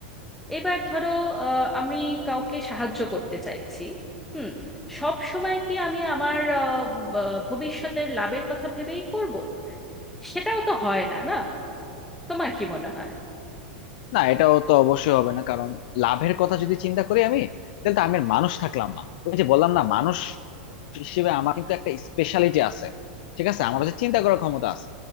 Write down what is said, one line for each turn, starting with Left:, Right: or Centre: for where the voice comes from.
Centre: এবার ধরো আহ, আমি কাউকে সাহায্য করতে চাইছি হুম সব সময় কি আমি আমার আহ, ব- ভবিষ্যতের লাভের কথা ভেবেই করব সেটাও তো হয় না না তোমার কি মনে হয়
Left: না এটাও তো অবশ্যই হবে না কারণ লাভের কথা যদি চিন্তা করি আমি তাহলে তো আমি আর মানুষ থাকলাম না ওই যে বললাম না মানুষ হিসেবে আমার কিন্তু একটা স্পেশালিটি আছে ঠিক আছে আমার কাছে চিন্তা করার ক্ষমতা আছে